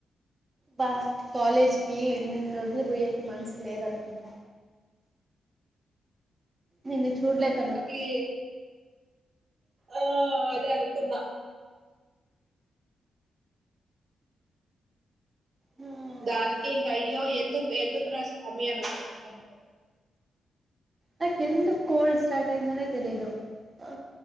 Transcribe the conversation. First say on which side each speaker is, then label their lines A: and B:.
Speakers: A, on the right; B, on the right.
A: బా కాలేజ్ కి నిన్ను వదిలిపోయేకి మనసు లేదనమాంట నిన్ను చూడలేక
B: పత్లియే ఆ అదే అనుకున్నా
A: హ్మ్.
B: దానికి ఇంక అయ్యో ఎందుకు ఎందుకు రా స్వామి అనుకున్నాం
A: నాకెందు కోల్డ్ స్టార్ట్ అయిందనే తెలిదు ఆ